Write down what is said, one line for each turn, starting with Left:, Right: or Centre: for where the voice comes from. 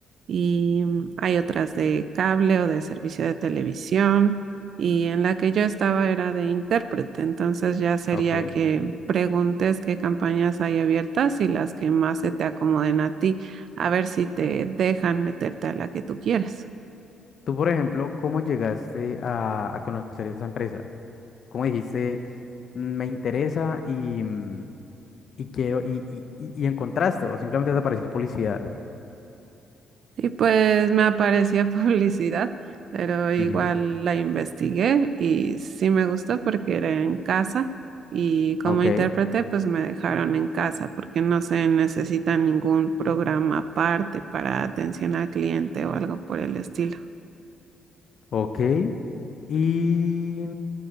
Right: y mm, hay otras de cable o de servicio de televisión, y en la que yo estaba era de intérprete, entonces ya sería
Left: ok.
Right: que preguntes qué campañas hay abiertas y las que más se te acomoden a ti, a ver si te dejan meterte a la que tú quieres.
Left: Tú, por ejemplo, ¿cómo llegaste a, a conocer esa empresa? ¿Cómo dijiste, "Mm, me interesa y, mm, y quiero, y, y, y- y encontraste, o simplemente te apareció publicidad?
Right: Y pues me aparecía <laughs> publicidad, pero igual
Left: Ujú,
Right: la investigué y sí me gustó porque era en casa y como
Left: Ok,
Right: intérprete pues me dejaron en casa porque no se necesita ningún programa aparte para atención al cliente o algo por el estilo.
Left: ok. Y